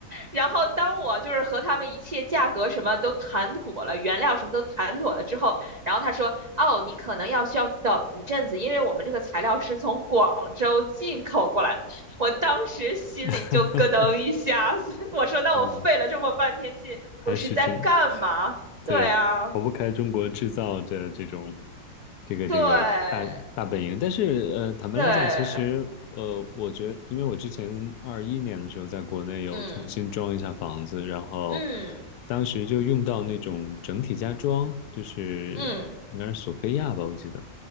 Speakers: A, on the right; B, on the left.
A: 然后当我就是和他们一切价格什么都谈妥了，原料什么都谈妥了之后，然后他说：“哦，你可能要需要等一阵子，因为我们这个材料是从广州进口过来的。”我当时心里就咯噔一下子，
B: <laughs>
A: <laughs> 我说：“那我费了这么半天劲，
B: 嗯还是中，
A: 我是在干嘛？”对啊，
B: 对，逃不开中国制造的这种，这个这个大大本营。
A: 对
B: 但是，呃，坦白来讲，
A: 对，
B: 其实，呃，我觉得因为我之前二一年的时候在国内有重新装一下房子，
A: 嗯
B: 然后
A: 嗯
B: 当时就用到那种整体家装，就是应该是索菲亚吧，
A: 嗯
B: 我记得。